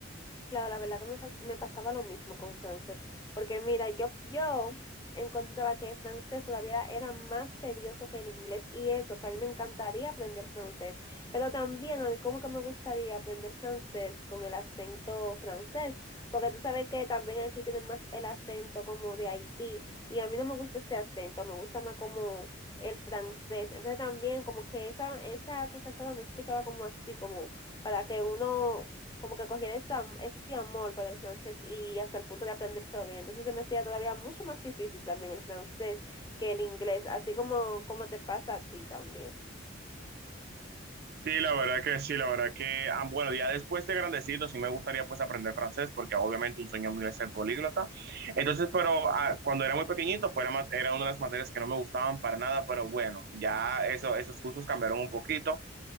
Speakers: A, on the left; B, on the right.
A: Claro, la verdad que me, pas- me pasaba lo mismo con francés, porque mira, yo, yo encontraba que el francés todavía era más tedioso que el inglés y eso, que a mí me encantaría aprender francés, pero también a mí como que me gustaría aprender francés con el acento francés, porque tú sabes que también aquí tienen más el acento como de Haití y a mí no me gusta ese acento, me gusta más como el francés, entonces también como que esa, esa profesora no explicaba como así, como para que uno como que cogían esa, ese amor por el francés y hasta el punto de aprendérselo bien. Entonces se me hacía todavía mucho más difícil también el francés que el inglés, así como, como te pasa a ti también.
B: Sí, la verdad que sí, la verdad que, ah, bueno, ya después de grandecito sí me gustaría pues aprender francés porque obviamente un sueño mío es ser políglota. Entonces, pero ah, cuando era muy pequeñito fuera, ma- era una de las materias que no me gustaban para nada, pero bueno, ya eso, esos cursos cambiaron un poquito.